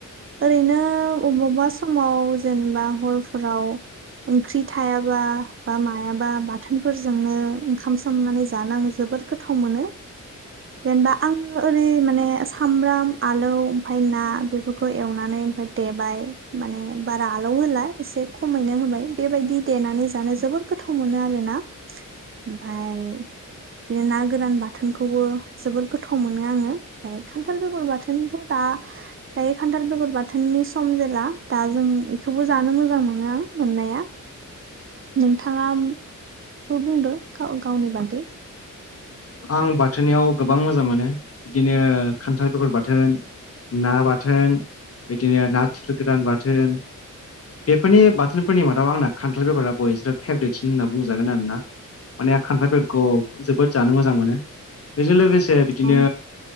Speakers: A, on the right; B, on the left.
A: ओरैनो अबावबा समाव जेनेबा हरफोराव ओंख्रि थायाबा बा मायाबा बाथोनफोरजोंनो ओंखाम सोमनानै जानांजोब बोर गोथाव मोनो जेनेबा आङो ओरै माने सामब्राम आलौ ओमफाय ना बेफोरखौ एवनानै ओमफाय देबाय माने बारा आलौ होला एसे खमैनो होबाय बेबायदि देनानै जानो जोबोद गोथाव मोनो आरोना ओमफाय बिदिनो ना गोरान बाथोनखौबो जोबोद गोथाव मोनो आङो ओमफाय खान्थाल बेगर बाथोनथ' दा दायो खान्थाल बेगर बाथोननि सम जेला दा जों बेखौबो जानो मोजां मोजां मोनो आं मोननाया नोंथाङाब-बो बुंदो गाव-गावनि बागै।
B: आं बाथोनियाव गोबां मोजां मोनो बिदिनो खान्थाल बेगर बाथोन ना बाथोन बिदिनो नाथुर गोरान बाथोन। बेफोरनि बाथोनफोरनि मादाव आंना खान्थाल बेगरा बयसो फेभरेटसिन होनना बुंजागोन आरोना। माने खान्थालबेखौ जोबोद जानो मोजां मोजां मोनो बेजों लोगोसे बिदिनो
A: औ